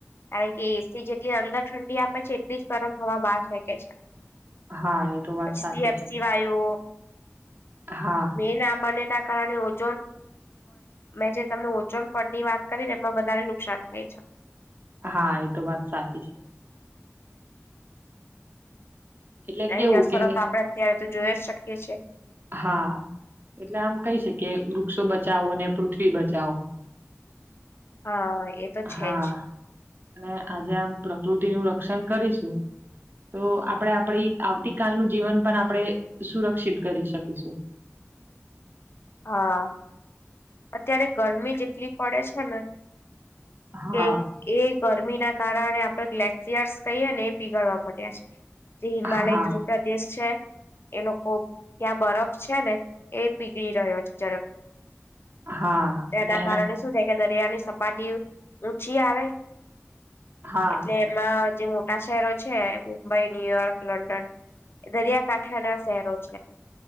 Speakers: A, on the left; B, on the right.
A: કારણ કે એસી જેટલી અંદર ઠંડી આપે છે, એટલી જ ગરમ હવા બાર શકે છે.
B: હા એ તો વાત
A: પછી
B: સાચી
A: સીએફસી
B: છે
A: વાયુ
B: હા
A: મે ના બને ત કારણે ઓજોન મેં જે તમને ઓજોન પડની વાત કરીને એમાં વધારે નુકસાન થાય છે.
B: હા એ તો વાત સાચી છે એટલે કેવું
A: એની અસરો
B: કે
A: તો આપડે અત્યારે તો જોઈ જ શકીએ છીએ
B: હા એટલે આમ કઈ શ કે વૃક્ષો બચાવો ને પૃથ્વી બચાવો
A: હા એ તો છે
B: હા
A: જ
B: અને આજે આમ પ્રકૃતિ નું રક્ષણ કરીશું તો આપણે આપણી આવતી કલનું જીવન પણ આપણે સુરક્ષિત કરી શકીશું
A: <unintelligible> હા અત્યારે ગરમી જેટલી પડે છે ને
B: હા
A: કે એ ગરમી ના કારણે આપડે ગ્લેશિયર્સ કહીએ ને એ પીગળવા મળડ્યા છે જે હિમાલય
B: હા
A: ધ્રુપ્રદેશ છે. એ લોકો ત્યાં બરફ છે, ને એ પીગળી રહ્યો છે, ઝડપથી
B: હા
A: એના
B: અને
A: કારણે શું થાય કે દરિયાની પટી ઊચી આવે
B: હા
A: એટલે એમાં જે મોટા શહેરો છે મુંબઈ ન્યુયોર્ક લંડન. દરિયાકાંઠે અને આ શહેરો જ